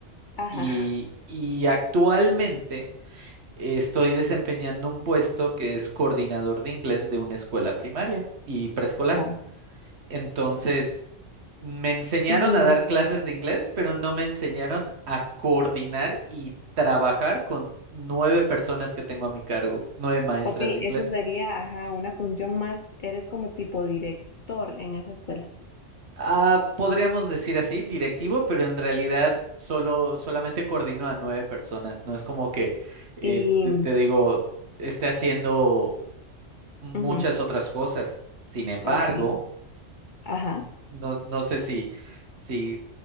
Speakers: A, on the left; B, on the right.
A: ajá.
B: Y, y actualmente estoy desempeñando un puesto que es coordinador de inglés de una escuela primaria y preescolar.
A: ajá.
B: Entonces, me enseñaron
A: Y,
B: a dar clases de inglés, pero no me enseñaron a coordinar y trabajar con nueve personas que tengo a mi cargo, nueve maestras
A: ok,
B: de inglés.
A: eso sería, ajá, una función más, eres como tipo director en esa escuela.
B: Ah, podríamos decir así, directivo, pero en realidad solo, solamente coordino a nueve personas. No es como que eh,
A: Y,
B: te, te digo, esté haciendo muchas
A: ujú.
B: otras cosas. Sin embargo,
A: Ok, ajá,
B: No, no sé si, si